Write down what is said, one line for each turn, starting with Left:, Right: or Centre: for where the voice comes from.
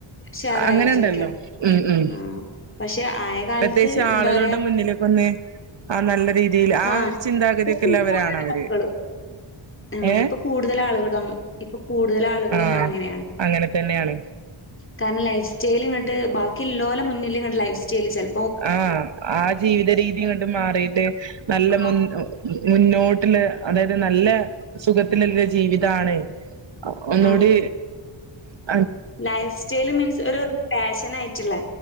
Left: ഉഷാറായി
Right: അങ്ങനെണ്ടല്ലോ
Left: ജീവിക്കാം.
Right: ഉം ഉം
Left: ആഹ് പക്ഷെ ആയ കാലത്ത്
Right: പ്രത്യേച്ചും
Left: എന്താ
Right: ആളുകളുടെ
Left: പറയാ
Right: മുന്നിലൊക്കൊന്ന് ആഹ നല്ല രീതിയില് ആ
Left: ആഹ്
Right: ഒരു ചിന്താഗതിക്കള്ളവരാണവര്
Left: ഇപ്പൊ കൂടുതലാളുകളും ആഹ്
Right: ഏ
Left: ഇപ്പൊ കൂടുതൽ ആളുകളും ഇപ്പൊ കൂടുതൽ ആളുകളും
Right: ആഹ
Left: അങ്ങനെയാണ്
Right: അങ്ങനെ തന്നെയാണ്
Left: കാരണം ലൈഫ് സ്റ്റൈല്ങ്ങട്ട് ബാക്കിള്ളോലെ മുന്നില് ഇങ്ങട്ട് ലൈഫ് സ്റ്റൈല ചെൽ
Right: ആഹ ആ ജീവിത രീതിങ്ങട്ട് മാറീട്ട് നല്ല
Left: ആഹ്
Right: മുൻ മുന്നോട്ടില്ല അതായത് നല്ല സുഖത്തിലില്ല ജീവിതാണ് ഒന്നൂടി
Left: ആഹ്
Right: ആ ഹി
Left: ലൈഫ് സ്റ്റൈല് മീൻസ് ഒരു ഫാഷൻ ആയിട്ട്ള്ളേ